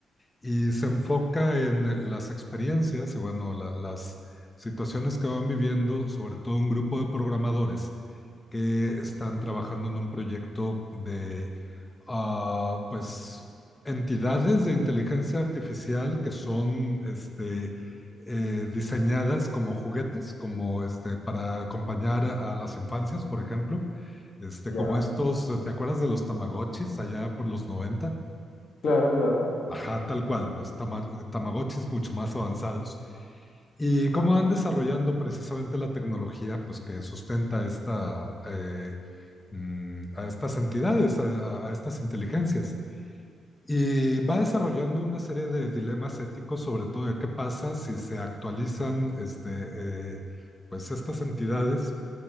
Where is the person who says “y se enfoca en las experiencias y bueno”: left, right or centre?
Left